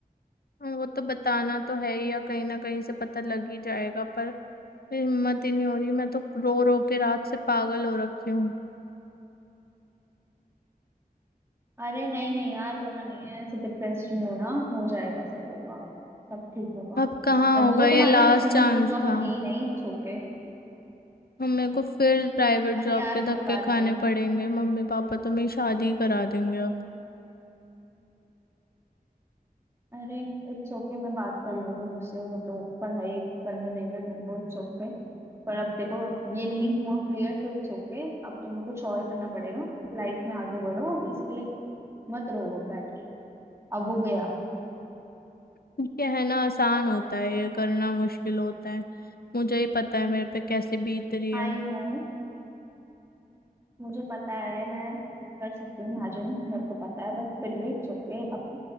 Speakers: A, on the left (about 75°); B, on the right (about 15°).
A: हाँ, वो तो बताना तो है ही या कहीं ना कहीं से पता लग ही जाएगा पर हिम्मत ही नहीं हो रही मैं तो रो रो के रात से पागल हो रखी हूँ
B: अरे नहीं नहीं यार रोना नहीं है ऐसे डिप्रेस नहीं होना हो जाएगा सब होगा सब ठीक होगा
A: अब कहाँ
B: अरे
A: होगा
B: वो
A: ये
B: तुम्हारी
A: लास्ट
B: किस्मत
A: चांस
B: में वो जॉब
A: था
B: थी नहीं इट्स ओके
A: हम मेरे को फिर प्राइवेट
B: अरे
A: जॉब
B: यार
A: के धक्के
B: कोई बात
A: खाने
B: नहीं
A: पड़ेंगे मम्मी पापा तो मेरी शादी ही करा देंगे अब
B: अरे इट्स ओके मैं बात कर लूंगी उनसे वो तो पढ़ाई करने देंगे तुमको इट्स ओके पर अब देखो अब ये नहीं हुआ क्लियर तो इट्स ओके अब तुम्हें कुछ और करना पड़ेगा लाइफ में आगे बढ़ो अब इसके लिए मत रो अब बैठ के अब वो गया
A: ये है ना आसान होता है ये करना मुश्किल होता है मुझे ही पता है मेरे पे कैसे बीत रही है
B: आई नो मुझे पता है मैं कर सकती हूँ इमेजिन मेरे को पता है बट फिर भी इट्स ओके अब